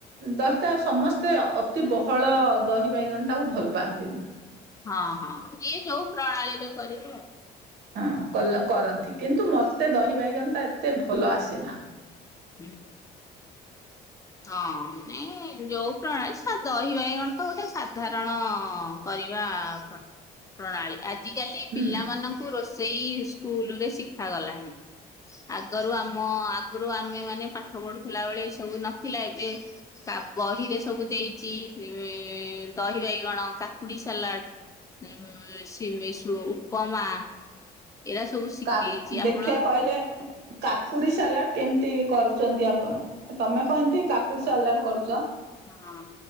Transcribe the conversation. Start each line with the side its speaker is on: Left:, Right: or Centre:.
Right: ଦହିଟା ସମସ୍ତେ ଅତି ବହଳ ଦହି ବାଇଗଣ ଟାକୁ ଭଲ ପାଆନ୍ତି।
Left: ହଁ, ହଁ ଯିଏ ଯୋଉ ପ୍ରଣାଳୀରେ କରିବ।
Right: ହଁ କଲ କରନ୍ତି, କିନ୍ତୁ ମୋତେ ଦହି ବାଇଗଣ ଟା ଏତେ ଭଲ ଆସେନା।
Left: ହୁଁ। ହଁ, ନାଇଁ ଯୋଉ ପ୍ରଣାଳୀ ସା ଦହି ବାଇଗଣ ତ ଗୋଟେ ସାଧାରଣ କରିବା, ପ୍ର ପ୍ରଣାଳୀ ଆଜିକାଲି
Right: ହୁଁ।
Left: ପିଲାମାନ କୁ ରୋଷେଇ ସ୍କୁଲ୍ ରେ ଶିଖାଗଲାଣି। ଆଗରୁ ଆମ, ଆଗରୁ ଆମେ ମାନେ ପାଠ ପଢୁଥିଲା ବେଳେ ଏ ସବୁ ନଥିଲା ଏବେ ତା ବହିରେ ସବୁ ଦେଇଛି, ଇ ଦହି ବାଇଗଣ, କାକୁଡି ସାଲାଟ ଉଁ ସିମେଇଁସୁ ଉପମା ଏରା ସବୁ ଶିଖେଇଚି
Right: କା, ଦେଖିଆ
Left: ଆପଣ
Right: କହିଲେ? କାକୁଡି ସାଲାଡ଼, କେମିତି କରୁଛନ୍ତି ଆପଣ? ତମେ କମିତି କାକୁଡ଼ି ସାଲାଡ କରୁଚ?
Left: ହଁ।